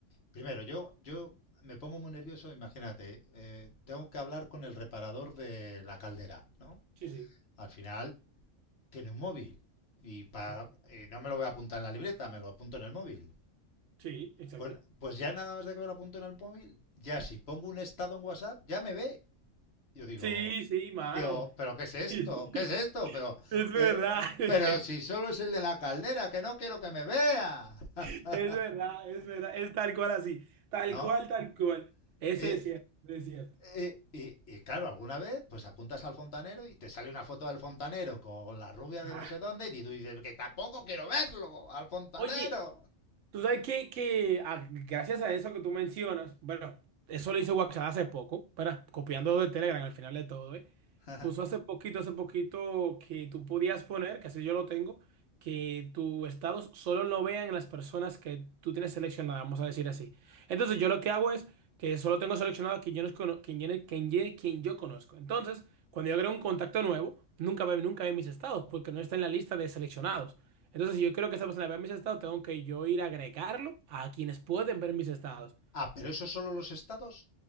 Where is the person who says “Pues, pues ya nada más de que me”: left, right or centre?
Left